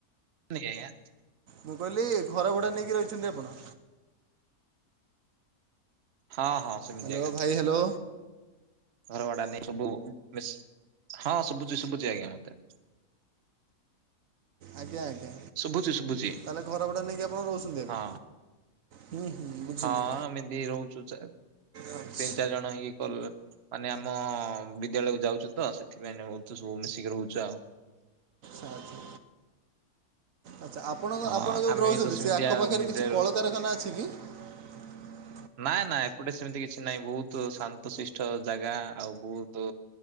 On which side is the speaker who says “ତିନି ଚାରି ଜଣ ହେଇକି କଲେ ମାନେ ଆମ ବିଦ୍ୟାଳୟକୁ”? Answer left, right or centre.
Right